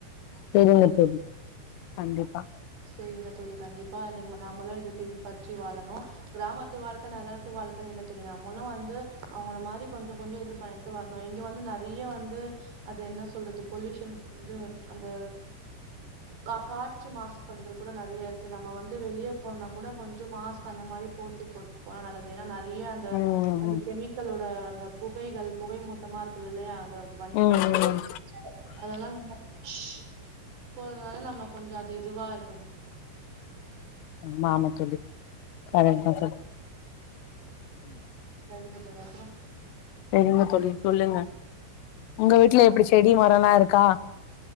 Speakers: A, on the left (about 90°); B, on the right (about 55°).
A: செரிங்க தோழி கண்டிப்பா
B: சேரிங்க தோழி கண்டிப்பா <unintelligible> நம்மளு இது பின்பற்றி வாழணு கிராமத்து வாழ்க்க நகரத்து வாழ்க்கணு இல்ல தோழி நம்மளு வந்து அவங்கள மாரி கொஞ்சோ கொஞ்சோ இது பண்ணிட்டு வர் நா இங்க வந்து நெறைய வந்து அது என்ன சொல்றது பொல்யூஷன் இது அந்த கா காற்று மாசு படுதல் கூட நெறைய இருக்கு நம்ம வந்து வெளிய போனா கூட கொஞ்சோ மாஸ்க் அந்த மாரி போட்டு போட்டுட் போனா நல்லது ஏனா நாட் ரியாந்த
A: ம்
B: அந்த
A: ம்
B: கெமிக்கலோட அந்தப் புகைகள் புகை மூட்டமா இருக்குது இல்லயா ந்த வண்டிலா
A: ம்
B: போறதுனால அதெல்லா <unintelligible> ஷ் போறதுனால நம்ம கொஞ்சோ அது இதுவா இருக்கணு
A: <unintelligible> ஆமா தோழி, கரெக்ட்தா தோழி
B: சரிங்க தோழி அப்றோ
A: சரிங்க தோழி சொல்லுங்க உங்க வீட்டுல எப்டி செடி மரோல்லா இருக் க்கா